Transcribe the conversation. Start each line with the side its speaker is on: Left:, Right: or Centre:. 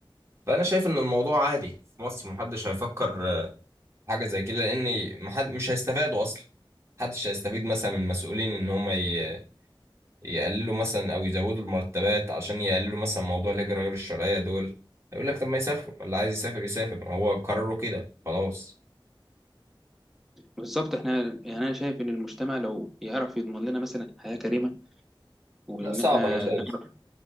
Right: فانا شايف ان الموضوع عادي في مصر ما حدش هيفكر آه، في حاجه زي كده لان محد... مش هيستفادوا اصلا محدش هيستفيد مثلا من المسؤولين ان هم ي... يقللوا مثلا او يزودوا المرتبات عشان يقللوا مثلا موضوع الهجرة غير الشرعية دول يقول لك طب ما يسافروا اللي عايز يسافر يسافر هو قرروا كده خلاص
Centre: بالظبط احنا يعني انا شايف ان المجتمع لو يعرف يضمن لنا مثلا حياة كريمة وان
Right: لا صعب
Centre: احنا
Right: انا شايف
Centre: نعرف